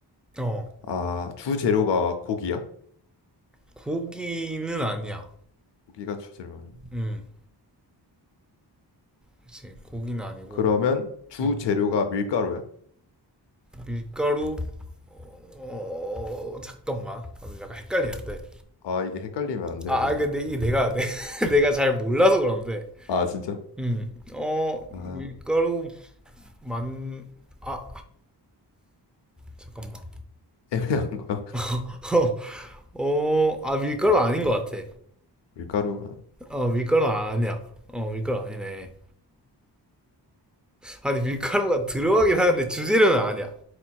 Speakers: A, in the centre; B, on the left.
A: 어,
B: 아, 주 재료가 고기야?
A: 고기는 아니야.
B: 고기가 주 재료야.
A: 음, 그치, 고기는 아니고,
B: 그러면 주
A: 음,
B: 재료가 밀가루야?
A: 밀가루, 어, 어, 잠깐만. 아, 근데 약간 헷갈리는데.
B: 아, 이게 헷갈리면 안 되는
A: 아,
B: 건데.
A: 아, 이게 내, 이게 내가, 내, <laughs> 내가 잘 몰라서 그런데.
B: 아, 진짜?
A: 음, 어, 밀가루
B: 아,
A: 만, 아, 잠깐만.
B: 애매한 거야. <laughs>
A: <laughs> 어, 어, 아, 밀가루 아닌 것 같아.
B: 밀가루가.
A: 어, 밀가루 아니야. 어, 밀가루 아니네. 아니, 밀가루가 들어가긴 하는데 주재료는 아니야.